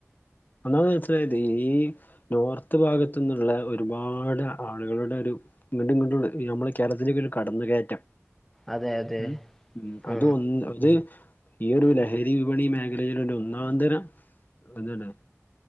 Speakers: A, on the left (about 35°); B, in the centre.
A: ഒന്നമത് മനസ്സിലായത് ഈ നോർത്ത് ഭാഗത്തുന്നുള്ള ഒരുപാട് ആളുകളുടെ ഒരു ഇങ്ങട്ടും ഇങ്ങട്ടുള്ള നമ്മള് കേരളത്തിലേക്കുള്ള കടന്നുകയറ്റം
B: അതെ അതെ
A: ഉം ഉഉം
B: ആ
A: അത് ഒന്ന് അത് ഈ ഒരു ലഹരി വിപണി മേ ഇടയിലിണ്ട് ഒന്നാന്തര <unintelligible>